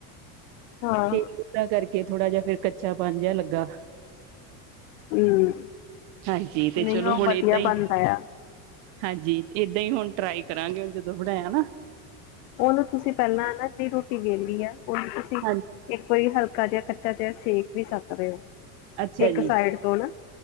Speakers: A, on the left; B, on the right.
A: ਹਾਂ
B: ਤੇ ਓਦਾਂ ਕਰਕੇ ਥੋੜਾ ਜਿਹਾ ਫੇਰ ਕੱਚਾ ਪੰਨ ਜਿਹਾ ਲੱਗਾ।
A: ਹੂੰ
B: ਹਾਂਜੀ ਤੇ
A: ਨਹੀਂ
B: ਚਲੋ
A: ਉਹ
B: ਹੁਣ
A: ਵਧੀਆ
B: ਏਦਾਂ
A: ਬਣਦਾ
B: ਈ
A: ਆ।
B: ਹਾਂਜੀ, ਏਦਾਂ ਹੀ ਹੁਣ ਟਰਾਈ ਕਰਾਂਗੇ ਹੁਣ ਜਦੋਂ ਬਣਾਇਆ ਨਾ।
A: ਉਹਨੂੰ ਤੁਸੀਂ ਪਹਿਲਾਂ ਨਾ ਜਿਹੜੀ ਰੋਟੀ ਵੇਲੀ ਆ ਉਹਨੂੰ
B: ਹਾਂਜੀ।
A: ਇੱਕ ਕੋਈ ਹਲਕਾ ਜਿਹਾ ਕੱਚਾ ਜਿਹਾ ਸੇਕ ਵੀ ਸਕਦੇ ਹੋ।
B: ਅੱਛਾ
A: ਇੱਕ
B: ਜੀ
A: ਸਾਈਡ ਤੋਂ ਨਾ